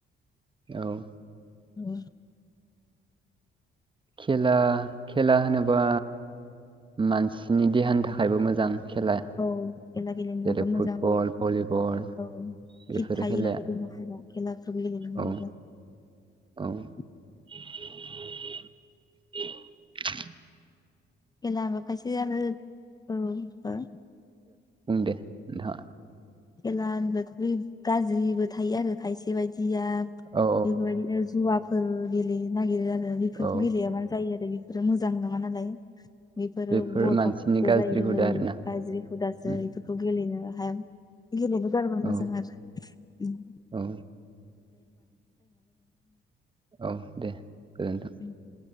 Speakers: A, on the right (about 25°); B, on the left (about 20°).
A: औ
B: औ
A: खेला खेला होनोबा मानसिनि देहानि थाखायबो मोजां। खेला
B: औ खेला गेलेनो
A: जेरै
B: मोजांबा
A: फुटबल
B: मोनो
A: भलिबल
B: औ
A: बेफोर
B: फिट थायो
A: खेलाया
B: आरो बिमाफोरा
A: औ औ
B: <unintelligible>
A: <inaudible>
B: खेलाबो खायसो आरो औ ओ।
A: बुंं दे दा
B: खेला होनोबथ' गाज्रिबो थायो आरो खायसे बायदि सिया
A: औ
B: बेफोरबायदिनो जुवाफोर गेलेयो। नागिरो आरो बेफोरखौ
A: औ
B: गेले मानो जायो आरो बेफोरो मोजां नङा नालाय। बेफोरो
A: बेफोर
B: बरबद
A: मानसिनि
B: बो
A: गाज्रि
B: जायो
A: हुदा आरोना
B: गाज्रि हुदासो
A: उम,
B: एफोरखौ गेलेनो हाया। गेलेनो गारबा मोजां
A: औ
B: आरो ओम।
A: औ औ दे गोजोनथों
B: <unintelligible>